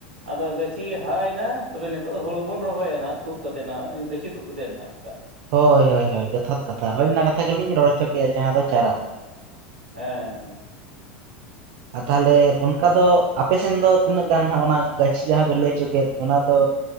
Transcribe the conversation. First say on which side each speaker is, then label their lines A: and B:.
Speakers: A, on the right; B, on the right.
A: ᱟᱫᱚ ᱜᱟᱹᱪᱷᱤ ᱦᱟᱨᱟᱭᱮᱱᱟ ᱛᱚᱵᱮ ᱱᱤᱛᱚᱜ ᱫᱚ ᱦᱩᱲᱩ ᱵᱚᱱ ᱨᱚᱦᱚᱭᱟ ᱱᱟᱦᱱᱟᱜ ᱛᱩᱫ ᱠᱟᱛᱮ ᱜᱟᱹᱪᱷᱤ ᱛᱩᱫ ᱠᱟᱛᱮ ᱱᱟᱦᱱᱟᱜ ᱚᱱᱠᱟ
B: ᱦᱳᱭ ᱦᱳᱭ ᱦᱳᱭ ᱡᱚᱛᱷᱟᱛ ᱠᱟᱛᱷᱟ ᱦᱳᱭ ᱚᱱᱟ ᱠᱟᱛᱷᱟ ᱜᱮᱞᱤᱧ ᱨᱚᱲ ᱦᱚᱪᱚ ᱠᱮᱫᱼᱟ ᱡᱟᱦᱟᱸ ᱫᱚ ᱪᱟᱨᱟ ᱦᱚᱸ
A: ᱦᱮᱸᱻ
B: ᱟᱨ ᱛᱟᱦᱚᱞᱮ ᱚᱱ ᱚᱱᱠᱟ ᱫᱚ ᱟᱯᱮ ᱥᱮᱱ ᱫᱚ ᱛᱤᱱᱟᱹᱜ ᱜᱟᱱ ᱦᱟᱸᱜ ᱚᱱᱟ ᱜᱟᱹᱪᱷᱤ ᱡᱟᱦᱟᱸ ᱵᱮᱱ ᱞᱟᱹᱭ ᱦᱚᱪᱚ ᱠᱮᱫ ᱚᱱᱟ ᱫᱚ